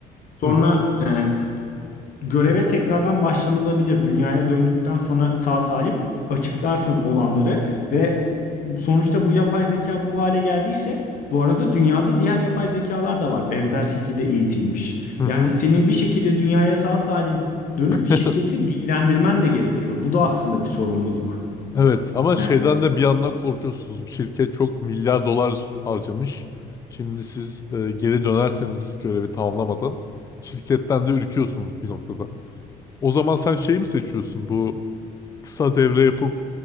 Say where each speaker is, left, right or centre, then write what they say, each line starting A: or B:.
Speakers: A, on the left; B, on the left.
A: Sonra
B: hı. Hı
A: e, göreve tekrardan başlanılabilir. Dünyaya döndükten sonra sağ salim açıklarsın olanları ve sonuçta bu yapay zeka bu hale geldiyse bu arada dünyada diğer yapay zekalar da var. Benzer şekilde eğitilmiş.
B: hı.
A: Yani senin bir şekilde dünyaya sağ salim dönüp şirketi
B: Hı hı. <laughs>
A: bilgilendirmen de gerekiyor. Bu da aslında bir sorumluluk.
B: Evet ama şeyden
A: E,
B: de bir yandan korkuyorsunuz. Şirket çok milyar dolar harcamış. Şimdi siz e, geri dönerseniz görevi tamamlamadan şirketten de ürküyorsunuz bir noktada. O zaman sen şeyi mi seçiyorsun? Bu kısa devre yapıp